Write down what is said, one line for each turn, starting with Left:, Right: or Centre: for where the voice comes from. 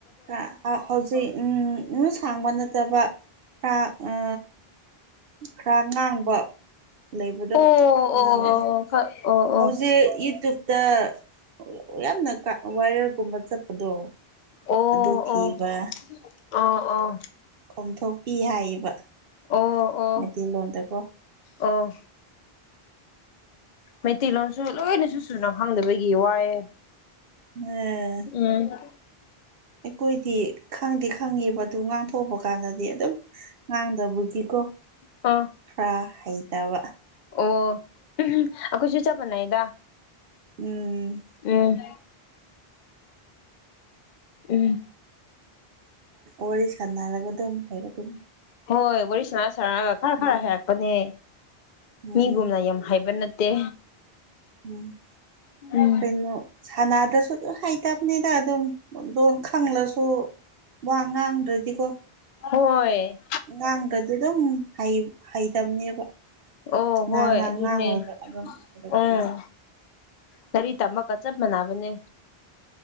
Right: ꯈꯔ ꯍꯧꯖꯤꯛ ꯎ ꯁꯥꯡꯕ ꯅꯠꯇꯕ ꯈꯔ ꯈꯔ ꯉꯥꯡꯕ ꯂꯩꯕꯗꯣ
Left: ꯑꯣ
Right: ꯉꯥꯡꯕꯗꯣ
Left: ꯑꯣ ꯑꯣ ꯈ ꯑꯣ ꯑꯣ
Right: ꯍꯧꯖꯤꯛ
Left: ꯑꯣ ꯑꯣ ꯑꯣ
Right: ꯌꯨꯇ꯭ꯌꯨꯞꯇ ꯑꯣ ꯌꯥꯝꯅꯀ ꯕꯥꯢꯔꯦꯜ ꯒꯨꯝꯕ ꯆꯠꯄꯗꯣ
Left: ꯑꯣ
Right: ꯑꯗꯨ ꯊꯤꯕ
Left: ꯑꯣ ꯑꯣ ꯑꯣ
Right: ꯀꯣꯝꯊꯣꯛꯄꯤ ꯍꯥꯏꯌꯦꯕ
Left: ꯑꯣ ꯑꯣ
Right: ꯃꯩꯇꯩꯂꯣꯟꯗꯀꯣ
Left: ꯑꯣ ꯃꯩꯇꯩꯂꯣꯟꯁꯨ ꯂꯣꯏꯅꯁꯨ ꯁꯨꯅ ꯈꯪꯗꯕꯒꯤ ꯋꯥꯏꯑꯦ
Right: ꯃꯦ
Left: ꯎꯝ
Right: ꯑꯩꯈꯣꯏꯗꯤ ꯈꯪꯗꯤ ꯈꯪꯉꯦꯕ ꯑꯗꯨ ꯉꯥꯡꯊꯣꯛꯄ ꯀꯥꯟꯗꯗꯤ ꯑꯗꯨꯝ ꯉꯥꯡꯗꯕꯒꯤꯀꯣ
Left: ꯑ
Right: ꯈꯔ ꯍꯩꯇꯕ
Left: ꯑꯣ ꯑꯍꯝ ꯑꯩꯈꯣꯏꯁꯨ ꯆꯞ ꯃꯥꯟꯅꯩꯗ
Right: ꯎꯝ
Left: ꯎꯝ ꯎꯝ
Right: ꯋꯥꯔꯤ ꯁꯥꯟꯅꯔꯒ ꯑꯗꯨꯝ ꯍꯥꯏꯔꯛꯒꯅꯤ
Left: ꯍꯣꯏ ꯋꯥꯔꯤ ꯁꯅꯥ ꯁꯅꯥꯔꯒ ꯈꯔ ꯈꯔ
Right: ꯎꯝ
Left: ꯍꯥꯏꯔꯛꯄꯅꯦ
Right: ꯎꯝ
Left: ꯃꯤꯒꯨꯝꯅ ꯌꯥꯝ ꯍꯥꯏꯕ ꯅꯠꯇꯦ
Right: ꯎꯝ
Left: ꯎꯝ
Right: ꯀꯩꯅꯣ ꯁꯥꯟꯅꯥꯗꯁꯨ ꯍꯩꯇꯕꯅꯤꯗ ꯑꯗꯨꯝꯣꯡ ꯈꯪꯂꯁꯨ ꯋꯥ ꯉꯥꯡꯗ꯭ꯔꯗꯤꯀꯣ
Left: ꯍꯣꯏ
Right: ꯑꯥꯡꯀꯇꯤ ꯑꯗꯨꯝ ꯍꯩ ꯍꯩꯇꯕꯅꯦꯕ
Left: ꯑꯣ
Right: ꯉꯥꯡ
Left: ꯍꯣꯏ
Right: ꯉꯥꯡ
Left: ꯑꯗꯨꯅꯦ
Right: ꯉꯥꯡꯉꯨꯔꯒ ꯑꯗꯨꯝ ꯍꯩꯔꯛꯄꯅꯦ
Left: ꯎꯝ ꯒꯥꯔꯤ ꯇꯝꯕꯀ ꯆꯞ ꯃꯥꯟꯅꯕꯅꯦ